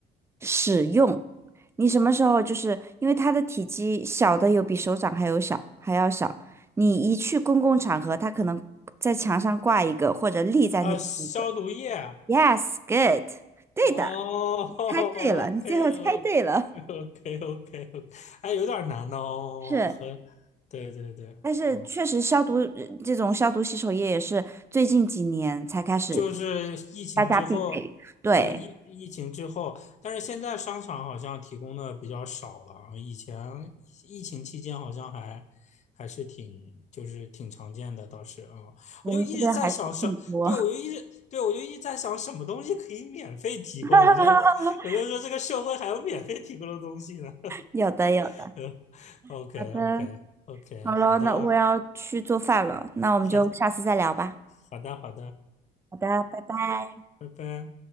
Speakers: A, on the right; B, on the left.
A: 使用。你什么时候就是因为它的体积小的有比手掌还有小还要小，你一去公共场合，它可能在墙上挂一个或者立在那边一个。
B: 啊，消毒液，
A: Yes, good，对的，
B: 哦，OK
A: 你猜对了，你最后猜对了，
B: OK OK OK，还有点儿难哦，
A: 是，
B: 和，对对对，
A: 但是确实消毒呃这种消毒洗手液也是最近几年才开始
B: 哦，就是疫情之后，
A: 大家必备，对，
B: 对疫疫情之后，但是现在商场好像提供的比较少了，以前疫情期间好像还还是挺就是挺常见的，倒是啊，
A: 我们这边还是很多，
B: 我就一直在想什，对我就一直对我就一直在想什么东西可以免费提供，
A: <laughs>
B: 我就我就说这个社会还有免费提供的东西呢。
A: 有的有的，
B: <laughs> 嗯 o k
A: 好的，
B: o k o k
A: 好了，
B: 好的，
A: 那我要去做饭了，那我们就下次再聊吧，
B: 好的，好的，好的，
A: 好的，拜拜。
B: 拜拜。